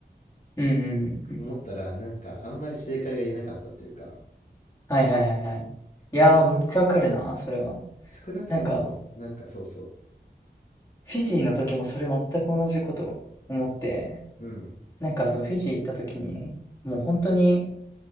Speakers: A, on the left; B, on the left.
A: うん、うん、うん、うんうん。
B: 思ったらなんかあんまり正解が言えなかったっていうか、
A: はいはいはいはい。いやー、
B: だからすそう
A: めっちゃわかるな、それは。
B: 少なくともなんかそうそ
A: なんか、フィジーの時もそれ全く同じこと思って、
B: う、うん、
A: なんかそのフィジー行った時に、もう本当に、